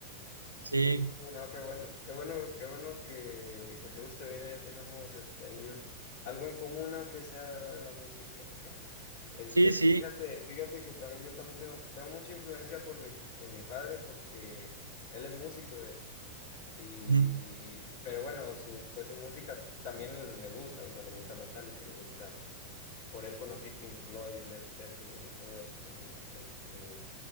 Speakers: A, on the right; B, on the left.
A: Sí,
B: Sí, no, qué bueno. Qué bueno, qué bueno que, que te guste. Mira, ya tenemos este ahí un algo en común, aunque sea la música. <laughs> Este,
A: sí, sí.
B: fíjate, fíjate que también yo también tengo, tengo mucha influencia por mi, por mi padre, porque él es músico, de hecho. Y,
A: Ujú.
B: pero bueno, su, pues su música también le gusta, o sea, le gusta Metallica, le gusta, por él conocí Pink Floyd, Led Zeppelin y todo esto, ¿no? Este,